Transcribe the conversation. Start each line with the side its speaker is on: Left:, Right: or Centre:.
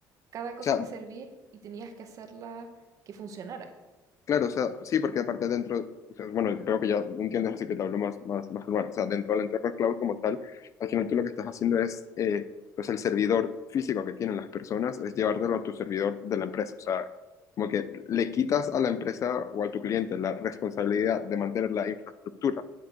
Right: cada cosa
Left: sea,
Right: que servía y tenías que hacerla que funcionara.
Left: Claro, o sea, sí, porque aparte dentro, o sea, bueno, creo que ya entiendes, así que te hablo más, más, más normal. O sea, dentro del entorno cloud como tal, al final tú lo que estás haciendo es, eh, pues el servidor físico que tienen las personas es llevártelo a tu servidor de la empresa. O sea, como que le quitas a la empresa o a tu cliente la responsabilidad de mantener la infraestructura